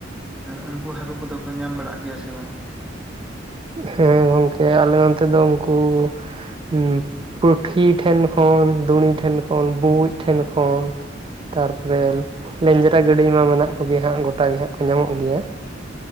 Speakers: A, in the centre; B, on the right.
A: ᱩᱱᱠᱩ ᱦᱟᱠᱩᱼᱼ ᱠᱩᱫᱚ ᱫᱚᱠᱚ ᱧᱟᱢ ᱵᱟᱲᱟᱜ ᱜᱮᱭᱟ ᱥᱮ ᱵᱟᱝ᱾
B: ᱦᱮᱸ ᱜᱚᱝᱠᱮ ᱟᱞᱮ ᱚᱱᱛᱮ ᱫᱚ ᱩᱱᱠᱩ ᱦᱩᱸ ᱯᱩᱴᱷᱤ ᱴᱷᱮᱱ ᱠᱷᱚᱱ ᱫᱩᱲᱤ ᱴᱷᱮᱱ ᱠᱷᱚᱱ ᱵᱩᱵᱩᱡ ᱴᱷᱮᱱ ᱠᱷᱚᱱ ᱛᱟᱨᱯᱚᱨᱮ ᱞᱮᱸᱡᱨᱟ ᱜᱟᱹᱰᱤ ᱢᱟ ᱢᱮᱱᱟᱜ ᱠᱚᱜᱮᱭᱟ ᱦᱟᱸᱜ ᱜᱚᱴᱟ ᱜᱮ ᱦᱟᱸᱜ ᱠᱚ ᱧᱟᱢᱚᱜ ᱜᱮᱭᱟ᱾